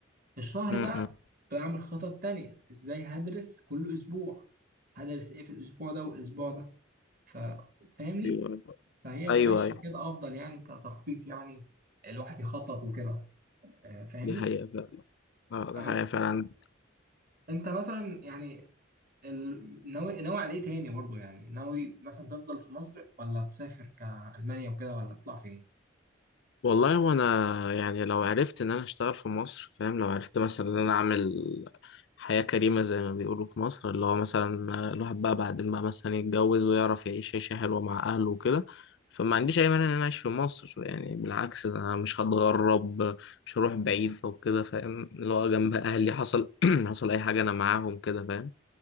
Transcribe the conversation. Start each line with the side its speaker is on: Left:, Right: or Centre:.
Right: الشهر
Left: مم.
Right: بقى بعمل خطط تانية ازاي هدرس كل اسبوع هدرس ايه في الاسبوع ده والاسبوع ده ف- فاهمني
Left: ايوه ايوه
Right: فهي ماشيه
Left: ايوه
Right: كده افضل يعني كتخطيط يعني الواحد يخطط وكده آه، فاهمني
Left: دي حقيقة فعلا اه
Right: آه،
Left: دي حقيقة فعلا
Right: انت مثلا يعني ال- ناوي ناوي على ايه تاني برضو يعني ناوي مثلا تفضل في مصر ولا تسافر كألمانيا وكده ولا تطلع فين
Left: والله وانا يعني لو عرفت ان انا اشتغل في مصر فاهم لو عرفت مثلا ان انا اعمل حياة كريمة زي ما بيقولوا في مصر اللي هو مثلا آه، الواحد بقى بعدين بقى مثلا يتجوز ويعرف يعيش عيشة حلوة مع اهله وكده فما عنديش اي مانع ان انا اعيش في مصر يعني بالعكس ده انا مش هتغرب مش هروح بعيد او كده فاهم اللي هو جنب اهلي حصل <clears throat> حصل اي حاجة انا معاهم كده فاهم